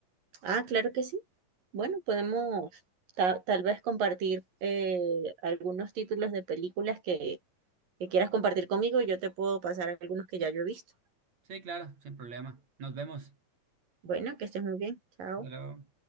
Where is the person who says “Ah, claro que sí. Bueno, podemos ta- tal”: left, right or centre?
Right